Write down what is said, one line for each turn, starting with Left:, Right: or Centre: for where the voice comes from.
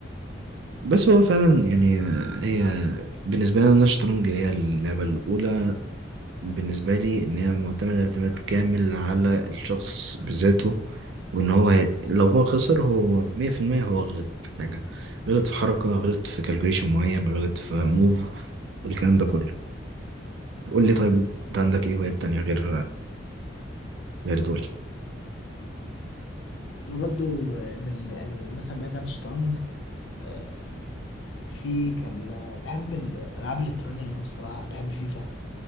Right: بس هو فعلا يعني آه، هي بالنسبة لنا الشطرنج هي اللعبة الأولى بالنسبة لي إن هي معتمدة اعتماد كامل على الشخص بذاته وإن هو هي... لو هو خسر هو مية في المية هو غلط في حاجة غلط في حركة غلط في كالكوليشن معين غلط في موف الكلام ده كله قول لي طيب أنت عندك إيه هوايات تانية غير غير دول
Left: انا برضو آه، من ال- يعني مثلا بعيد عن الشطرنج آه، في كان آه، بحب الالعاب الالكترونية أوي الصراحة بحب فيفا